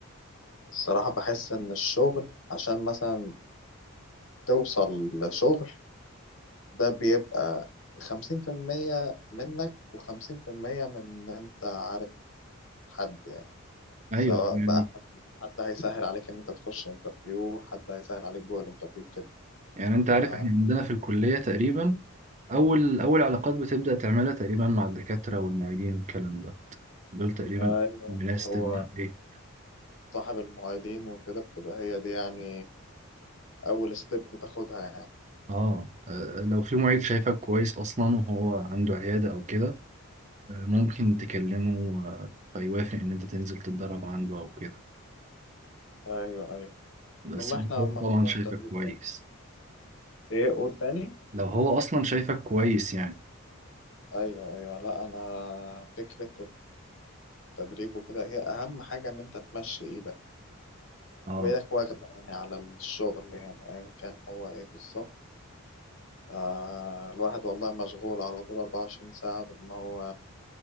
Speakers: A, on the left; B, on the right.
A: الصراحة بحس إن الشغل عشان مثلا توصل لشغل ده بيبقى خمسين في المية منك وخمسين في المية من إن أنت عارف حد يعني
B: ايوه
A: سواء
B: يعني
A: بقى حد حد هيسهل عليك إن أنت تخش انترفيو حد هيسهل عليك جوه الانترفيو كده
B: يعني انت عارف
A: ف-
B: احنا عندنا في الكليه تقريبا اول اول علاقات بتبدا تعملها تقريبا مع الدكاتره والمعيدين والكلام ده دول تقريبا
A: ايوه
B: الناس
A: هو
B: تبدا ايه
A: صاحب المعيدين وكده بتبقى هي دي يعني أول ستيب بتاخدها يعني
B: اه آه، لو في معيد شايفك كويس اصلا وهو عنده عيادة او كده آه، ممكن تكلمه آه، فيوافق ان انت تنزل تتدرب عنده او كده
A: أيوه أيوه
B: بس
A: والله إحنا
B: هو
A: موضوع
B: طبعا شايفك
A: التدريب
B: كويس
A: ده إيه قول تاني
B: لو هو اصلا شايفك كويس يعني
A: أيوه أيوه لا أنا فكرة التدريب وكده هي أهم حاجة إن أنت تمشي إيدك
B: اه
A: تبقى إيدك واخدة يعني على الشغل يعني أيا كان هو إيه بالظبط آه الواحد والله مشغول على طول 24 ساعة بإن هو